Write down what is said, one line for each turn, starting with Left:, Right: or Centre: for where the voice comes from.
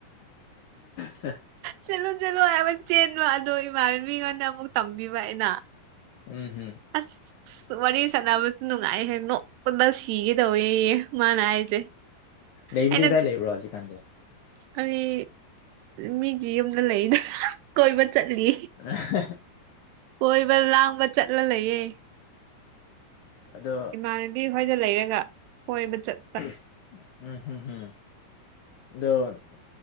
Left: ꯍ
Right: ꯆꯠꯂꯨ ꯆꯠꯂꯨ ꯍꯥꯏꯕ ꯆꯦꯟꯕ ꯑꯗꯣ ꯏꯃꯥꯟꯅꯕꯤꯉꯣꯟꯗ ꯑꯃꯨꯛ ꯇꯝꯕꯤꯕ ꯑꯩꯅ
Left: ꯎꯝ ꯍꯝ
Right: ꯑꯁ ꯋꯥꯔꯤ ꯁꯥꯟꯅꯕꯁꯨ ꯅꯨꯡꯉꯥꯏ ꯍ ꯅꯣꯛꯄꯗ ꯁꯤꯒꯦ ꯇꯧꯋꯦꯌꯦ ꯃꯥꯅ ꯍꯥꯏꯁꯦ
Left: ꯂꯩꯕꯗꯤ
Right: ꯑꯩꯅ
Left: ꯀꯗꯥꯏ ꯂꯩꯕꯨꯔꯣ ꯍꯧꯖꯤꯛꯀꯥꯟꯗꯤ
Right: ꯑꯩ ꯃꯤꯒꯤ ꯌꯨꯝꯗ ꯂꯩꯗ ꯀꯣꯏꯕ ꯆꯠꯂꯤ
Left: ꯑ
Right: ꯀꯣꯏꯕ ꯂꯥꯡꯕ ꯆꯠꯂ ꯂꯩꯌꯦ
Left: ꯑꯗꯣ
Right: ꯏꯃꯥ ꯈꯣꯏꯗ ꯂꯩꯔꯒ ꯀꯣꯏꯕ ꯆꯠ
Left: ꯎꯝ ꯎꯝ ꯎꯝ ꯑꯗꯣ